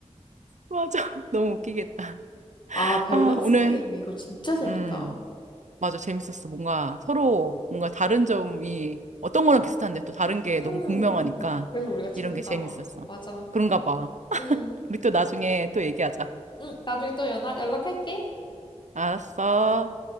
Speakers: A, on the right (about 85°); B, on the left (about 40°).
A: 맞아. <laughs> 너무 웃기겠다.
B: 아, 밸런스
A: 아, 오늘,
B: 게임. 이거 진짜 재밌다.
A: 음. 맞아, 재밌었어. 뭔가 서로 뭔가 다른 점이 어떤 거랑 비슷한데 또 다른 게 너무
B: 응,
A: 극명하니까
B: 응. 그래서 우리가 친구인가
A: 이런 게 재밌었어.
B: 봐. 맞아.
A: 그런가 봐.
B: 음,
A: 우리 또 나중에 또 얘기하자.
B: 음, 나중에 또 연락, 연락할게.
A: 알았어.